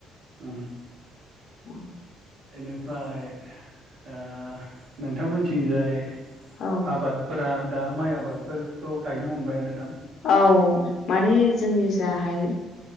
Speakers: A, on the right; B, on the left.
A: उम।
B: औ।
A: बेनिफ्राय ओ नोंथां मोनथिंजाय
B: औ
A: आबादफोरा दा माइ आबादफोरथ' गायनो हमबायानो दां।
B: औ माने जोंनि जाहाय